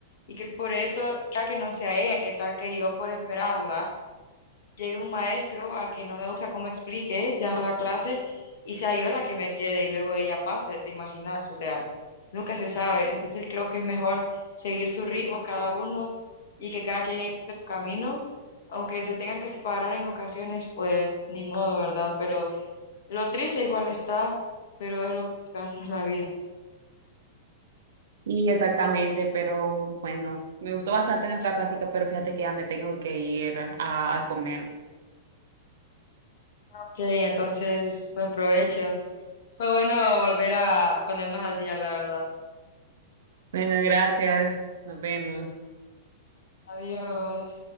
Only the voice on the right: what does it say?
Y exactamente, pero bueno, me gustó bastante nuestra plática, pero fíjate que ya me tengo que ir a, a comer.
Bueno, gracias, nos vemos.